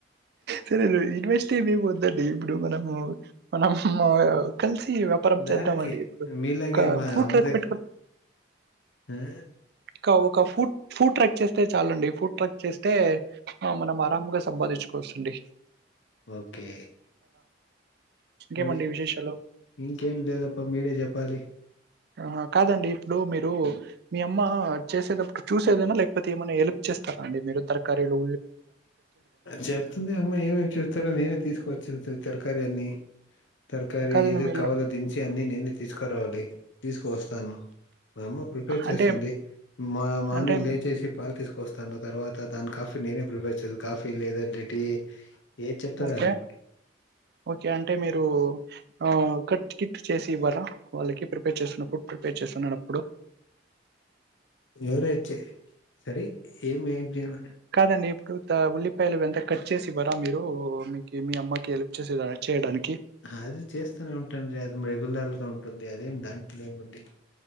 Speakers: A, on the right; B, on the left.
A: సరే యూనివర్సిటీ ఏమపోద్దండి ఇప్పుడు మనము మనం మనం కలిసి వ్యాపారం
B: దానికి
A: చేద్దామండి ఇప్పుడు
B: మీలాగే మా
A: ఫూటక్
B: అమ్మ దగ్గర
A: పెట్టుకొని
B: ఆ
A: ఇకా ఒక ఫూట్ ఫూడ్ ట్రక్ చేస్తే చాలండి ఫుూడ్ ట్రక్ చేస్తే తే ఆ మనం ఆరామ్గా సంపాదించుకోవస్తుంది
B: ఓకే
A: ఇంకేమండి
B: మనీ
A: విశేషాలు?
B: ఇంకేం లేలప్ప మీరే జలాప్ చెప్పాలి
A: ఆ కాదండి ఇప్పుడు మీరు మీ అమ్మ చేసేటప్పుడు చూసేదైనా లేకపోతే ఏమైనా హల్ప్ చే చేస్తారండి మీరు తరకరీల్లు
B: చెప్తుంది అమ్మా ఏమేమి చెూస్తారో నేనే తీసుకువచ్చి తరకారీ అన్ని తార్కరీ
A: కాదండి
B: ఏది
A: మీరు
B: కావాలో దించి అన్ని నేనే తీసుకురావాలి తీసుకువస్తాను మా అమ్మ ప్రిపేర్ చేస్తుంది
A: అంటే
B: మా మార్నింగ్
A: అంటే
B: లే చేసి పాలు తీసుకొస్తాను తర్వాత దాని కాఫీ నేనే ప్రిపేర్ చే కాఫీ లేదంటే టీ ఏది చెప్తారో
A: ఓకే
B: అది
A: ఓకే అంటే మీరు ఆ కట్ టికెట్ చేసి ఇవ్వరా వాళ్ళకి ప్రిపేర్ చేస్తున్నా ఫుడ్ ప్రిపేర్ చేస్తున్నాడప్పుడు
B: న్యూరేచ్చే సరే ఏమి ఏం చేయి
A: కాదండి. ఇప్పుడు త ఉల్లిపాయలు ఎంత కట్ చేసి ఇవరా మీరు మీ మీ అమ్మకి హెల్ప్ చేసే చేయడానిక్
B: అది చేస్తూనే ఉంటాంలె అది రెగ్యులర్ గా ఉంటుంది అదేం దాంట్లో ఏముంది